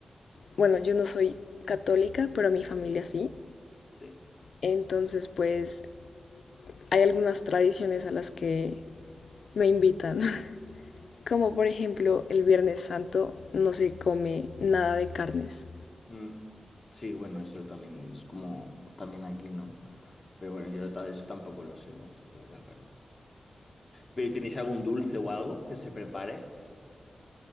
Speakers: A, on the left (about 80°); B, on the left (about 25°).
A: bueno, yo no soy católica, pero mi familia sí.
B: Sí.
A: Entonces, pues hay algunas tradiciones a las que me invitan. <laughs> Como por ejemplo el Viernes Santo no se come nada de carnes.
B: Mm. Sí, bueno, esto también es como también aquí, ¿no? Pero bueno, yo ta- eso tampoco lo sigo, lo de la carne. ¿Pero y tenéis algún dulce o algo que se prepare?